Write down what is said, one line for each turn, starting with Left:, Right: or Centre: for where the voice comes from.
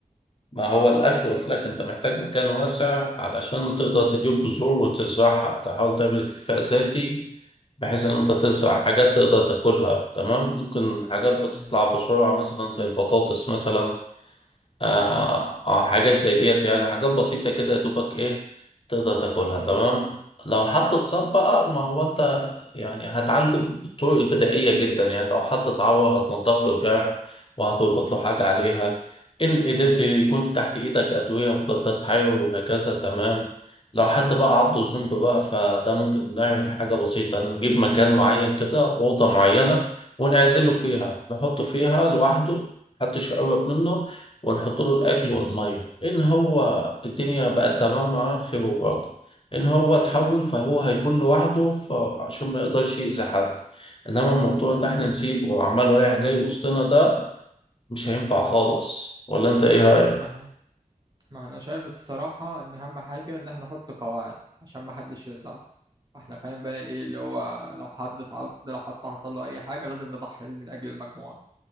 Left: ما هو الأكل قلت لك أنت محتاج مكان واسع علشان تقدر تجيب بذور وتزرعها تحاول تعمل اكتفاء ذاتي بحيث إن أنت
Right: امم
Left: تزرع حاجات تقدر تاكلها تمام ممكن حاجات بتطلع
Right: امم
Left: بسرعة مثلا زي البطاطس مثلا آه,
Right: امم
Left: آه حاجات زي ديت يعني حاجات بسيطة كده يا دوبك إيه تقدر تاكلها
Right: ايش
Left: تمام لو حد اتصاب بقى ما هو أنت يعني هتعالجه بالطرق البدائية جدا يعني لو حد اتعور هتنضف له الجرح وهتربط له حاجة عليها إن قدرت يكون تحت إيدك أدوية مضادات حيوي وهكذا تمام لو حد بقى عضه ذنب بقى فده ممكن نعمل حاجة بسيطة نجيب مكان معين كده أوضة معينة ونعزله فيها نحطه فيها لوحده محدش يقرب منه ونحط له الاكل والميه ان هو الدنيا بقت تمام معاه خير وبركه ان هو اتحول
Right: امم
Left: فهو هيكون لوحده فعشان ما يقدرش يأذي حد انما موضوع ان احنا نسيبه وعمال رايح جاي وسطنا ده مش هينفع خالص ولا انت ايه رأيك
Right: ما احنا ما احنا شايف الصراحة ان اهم حاجة ان احنا نحط قواعد عشان ما حدش يزعل احنا فاهم بقى ايه اللي هو لو حد اتعض لو حد حصل له اي حاجة لازم نضحي بيه من اجل المجموعة